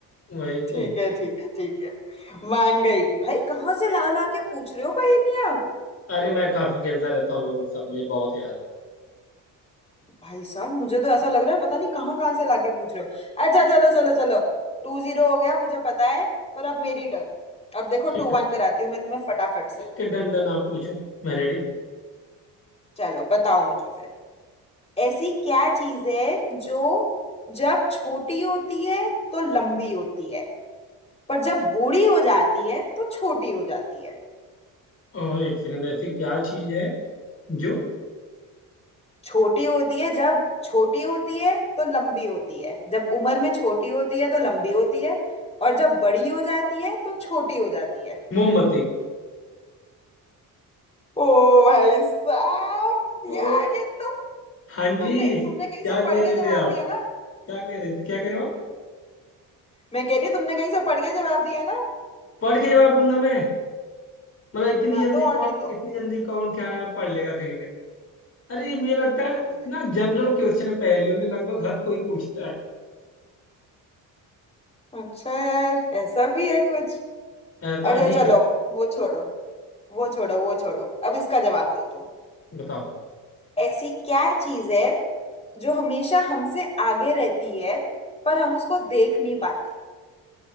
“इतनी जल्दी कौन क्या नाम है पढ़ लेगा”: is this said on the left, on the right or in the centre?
Left